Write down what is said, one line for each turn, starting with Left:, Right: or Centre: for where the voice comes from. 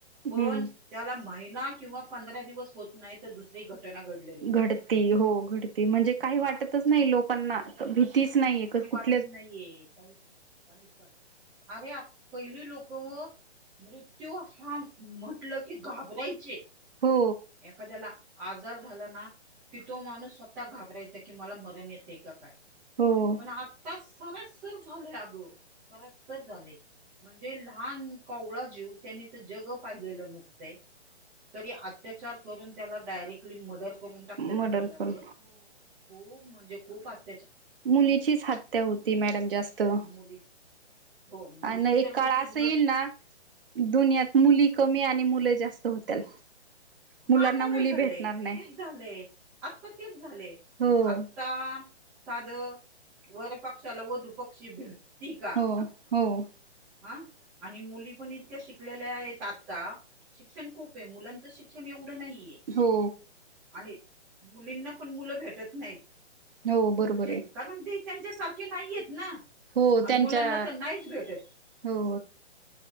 Right: हम्म
Centre: पणं. त्याला अ महिना अ किंवा पंधरा दिवस होतं नाही, तर् दुसरी घटनां घडती.
Right: घडती हो घडती म्हणजे काही
Centre: हा
Right: वाटतचं नाही लोकांना भीतीचं नाही कुठंली.
Centre: तसंवाटत नांहीये काही काहीचं <inaudible> आम्ही पहिली लोकं. मृत्यूं हांम म्हटलं की घाबरायची.
Right: हो.
Centre: एखाद्याला आजार झाला ना. कि तो माणूस स्वंतः घाबरायचां की मला मरणं येते कां कायं.
Right: हो
Centre: पणं आत्तां सरांसरं झालेया अगं. तसच झाले म्हणजे लहांन कवळा जीव त्यानी तर जग पाहिलेलं नसतंय. तरीं अत्यांचार करून त्याला डायरेक्टं. आणी मर्डंर करून टाकतातं.
Right: मर्डर
Centre: म्हटल्यावर
Right: पण
Centre: खूपं म्हणजे खूपं हाती-
Right: मुलीचीचं हत्या होती, मॅडम जास्तं.
Centre: मुली हो मुलीची
Right: आणि ऐकं
Centre: तर
Right: काळं
Centre: होतीच
Right: असां
Centre: ग
Right: येईल नां. दुनियात मुली कमी, आणि मुलं जास्त होत्याल.
Centre: मग
Right: मुलांना
Centre: आता
Right: मुली
Centre: काय झालंय
Right: भेटणार नाही
Centre: तेचं झालंय आत्तां तेचं झालेय.
Right: हो
Centre: आता साधं वरं पक्षांला वधूं पक्षी भेटंना टीकां
Right: हो हो
Centre: हांअं आणि मुली पण इतक्यां शिकलेल्या आहेतं आतां. शिक्षण खूपं आहे. मुलांचं शिक्षणं एवढं नाहीये.
Right: हो.
Centre: आणि मुलींना पण मुलं भेटत नाहीत
Right: हो बरोबर
Centre: म्हणजे.
Right: आहे
Centre: कारण ते त्यांच्यासारखे नाहीयेत ना,
Right: हो
Centre: आणि
Right: त्यांच्या
Centre: मुलांना तर नाहीच भेटत.
Right: हो.